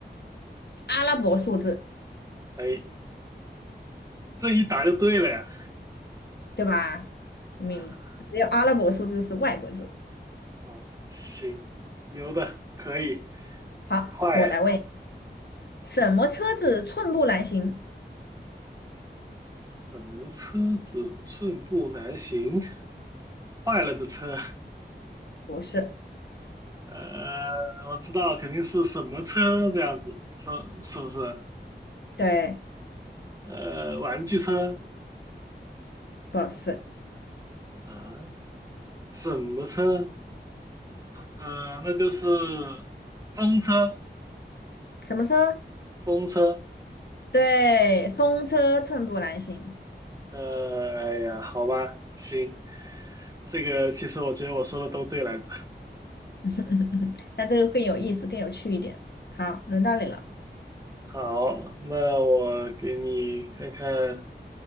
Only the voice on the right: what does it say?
哎，这一答就对了呀。
啊。
好，行，牛的，可以，
快，
怎么车子寸步难行？坏了的车，
呃，我知道肯定是什么车这样子，是是不是？
呃，玩具车
啊，什么车？呃，那就是风车，
风车。
呃，哎呀，好吧，行，这个其实我觉得我说的都对来着。
好，那我给你看看，